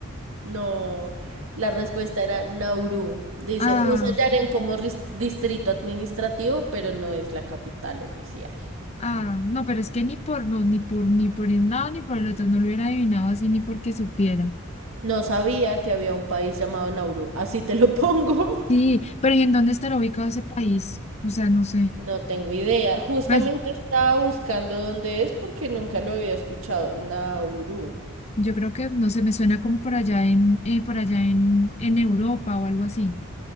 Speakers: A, on the right (about 75°); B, on the left (about 30°).
A: no, la respuesta era Nauru. Dice,
B: Ah,
A: usa Yaren como ris- distrito administrativo, pero no es la capital oficial.
B: ah, no, pero es que ni por, no, ni por, ni por un lado ni por el otro. No lo hubiera adivinado así ni porque supiera.
A: No sabía que había un país llamado Nauru, así te lo pongo.
B: Sí,
A: <laughs>
B: pero ¿y en dónde estará ubicado ese país? O sea, no sé.
A: No tengo idea. Justamente
B: Bueno,
A: estaba buscando dónde es porque nunca lo había escuchado. Nauru.
B: yo creo que, no sé, me suena como por allá en, eh, por allá en, en Europa o algo así.